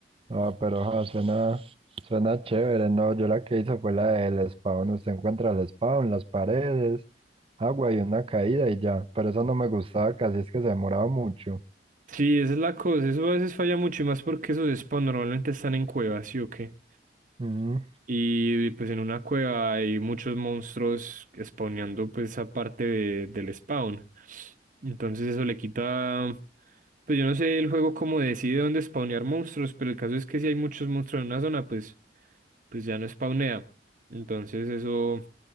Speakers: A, on the right (about 30°); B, on the right (about 50°).
A: Ah, pero ah, suena, suena chévere. No, yo la que hice fue la del spawn. Usted encuentra el spawn, las paredes, agua y una caída y ya. Pero esa no me gustaba casi, es que se demoraba mucho.
B: Sí, esa es la cosa, eso a veces falla mucho y más porque esos spawns normalmente están en cuevas, ¿sí o qué?
A: Mm.
B: Y pues en una cueva hay muchos monstruos spawneando pues esa parte de- del spawn. Entonces eso le quita, pues yo no sé el juego cómo decide dónde spawnear monstruos, pero el caso es que si hay muchos monstruos en una zona, pues, pues ya no spawnea. Entonces eso,